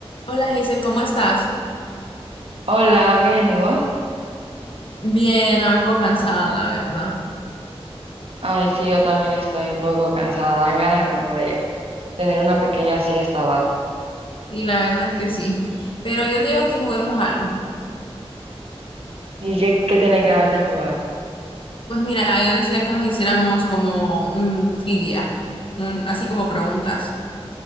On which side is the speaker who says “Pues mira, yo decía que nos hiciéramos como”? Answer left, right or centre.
Left